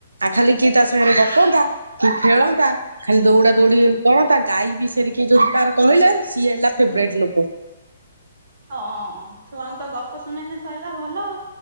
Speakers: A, on the right; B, on the right.
A: ଆଉ ଖାଲି କିଏ ତା ସାଙ୍ଗରେ ଗପନ୍ତା କି ଖେଳନ୍ତା ଖାଲି ଦୌଡା
B: ହଁ
A: ଦୌଡି କରନ୍ତା ଗାଈ ବି ଷ ଶୟରେ କିଏ ଯଦି ତାର କହିଲେ ସିଏ ହେଲା ଫେବରାଇଟ
B: ହୁଁ ହୁଁ
A: ଲୋକ
B: ହଁ ଅଁ ଛୁଆଙ୍କୁ ତ ଗପ ଶୁଣେଇନେ ସଇଲା ଭଲ ଆଉ।